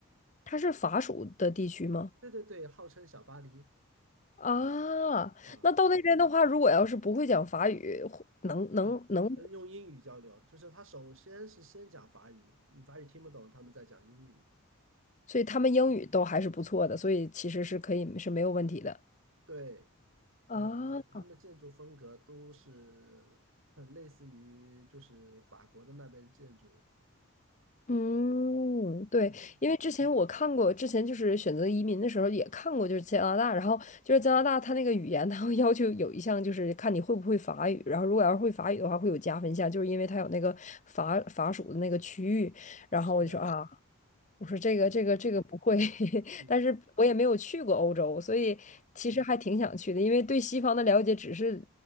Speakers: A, on the left; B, on the right.
A: 它是法属的地区吗？
B: 对对对，号称小巴黎
A: 啊，
B: 啊
A: 那到那边的话，如果要是不会讲法语，或能能能，
B: 啊，呃用英语交流，就是他首先是先讲法语，你法语听不懂，他们在讲英语。
A: 所以他们英语都还是不错的，所以其实是可以是没有问题的。
B: 对，
A: 啊，
B: 嗯，他们的建筑风格都是很类似于就是法国的那边建筑。
A: 嗯，对，
B: 嗯，
A: 因为之前我看过，之前就是选择移民的时候也看过，就是加拿大，然后就是加拿大，它那个语言，它会要求有一项就是看你会不会法语，然后如果要是会法语的话，会有加分项，就是因为它有那个法法属的那个区域，然后我就说啊，
B: 是的，
A: 我说这个这个这个不会，
B: 是的，
A: <laughs>
B: 嗯，
A: 但是我也没有去过欧洲，所以其实还挺想去的，
B: 啊，
A: 因为对西方的了解只是